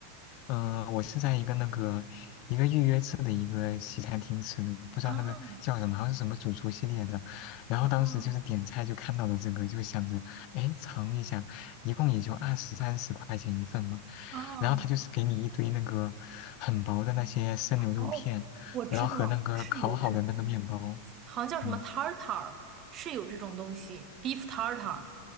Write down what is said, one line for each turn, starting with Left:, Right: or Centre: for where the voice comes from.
Left: 嗯、呃我是在一个那个一个预约制的一个西餐厅吃的，不知道那个叫什么，
Right: 啊。
Left: 好像是什么主厨系列的。然后当时就是点菜就看到了这个，
Right: 哦
Left: 就想着，哎，尝一下，一共也就二十三十块钱一份嘛。
Right: 哦
Left: 然后他就是给你一堆那个很薄的那些生牛肉片，
Right: 哦，我知道是有这种，
Left: 然后和那个烤好的那个面包，
Right: 好像叫什么
Left: 嗯。
Right: tartar，是有这种东西，beef tartar。